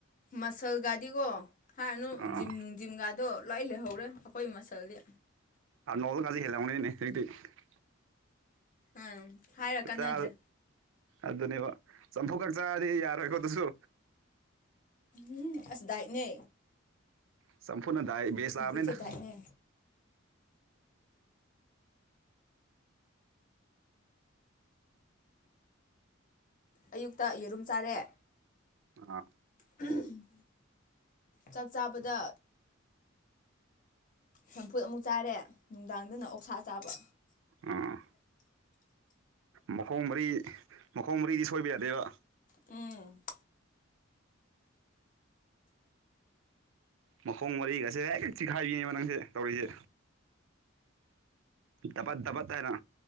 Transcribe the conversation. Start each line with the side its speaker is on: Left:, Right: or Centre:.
Left: ꯃꯁꯜꯒꯗꯤꯀꯣ ꯍꯥꯏꯔꯅꯨ
Right: ꯑꯥ
Left: ꯖꯤꯝ ꯅꯨꯡ ꯖꯤꯝꯒꯥꯗꯣ ꯂꯣꯏ ꯂꯩꯍꯧꯔꯦ ꯑꯩꯈꯣꯏ ꯃꯁꯜꯗꯤ
Right: ꯑꯔꯅꯣꯜꯒꯁꯦ ꯍꯦꯜꯂꯝꯒꯅꯤꯅꯦ <unintelligible>
Left: ꯑꯥ ꯍꯥꯏꯔ
Right: ꯈꯨꯠꯆꯥ
Left: ꯀꯥꯟꯅꯗ꯭ꯔꯦ
Right: ꯑꯗꯨꯅꯦꯕ ꯆꯝꯐꯨꯠ ꯈꯛ ꯆꯥꯔꯗꯤ ꯌꯥꯔꯣꯏꯀꯣ ꯑꯗꯨꯁꯨ
Left: ꯎꯝ ꯑꯁ ꯗꯥꯏꯠꯅꯦ
Right: ꯆꯝꯐꯨꯠꯅ ꯗꯥꯏ ꯕꯦꯁ
Left: ꯆꯝꯐꯨꯠꯁꯦ
Right: ꯇꯥꯕꯅꯤꯗ
Left: ꯗꯥꯏꯠꯅꯦ ꯑꯌꯨꯛꯇ ꯌꯦꯔꯨꯝ ꯆꯥꯔꯦ
Right: ꯑꯥ
Left: ꯎꯝ ꯆꯥꯛ ꯆꯥꯕꯗ ꯆꯝꯐꯨꯠ ꯑꯃꯨꯛ ꯆꯥꯔꯦ ꯅꯨꯡꯗꯥꯡꯗꯅ ꯑꯣꯛꯁꯥ ꯆꯥꯕ
Right: ꯑꯝ ꯃꯈꯣꯡ ꯃꯔꯤ ꯃꯈꯣꯡ ꯃꯔꯤꯗꯤ ꯁꯣꯏꯕ ꯌꯥꯗꯦꯕ
Left: ꯎꯝ
Right: ꯃꯈꯣꯡ ꯃꯔꯤꯒꯁꯦ ꯍꯦꯛ ꯍꯦꯛ ꯆꯤꯈꯥꯏꯕꯤꯅꯦꯕ ꯅꯪꯁꯦ ꯇꯧꯔꯤꯁꯦ ꯗꯕꯠ ꯗꯕꯠ ꯍꯥꯏꯔ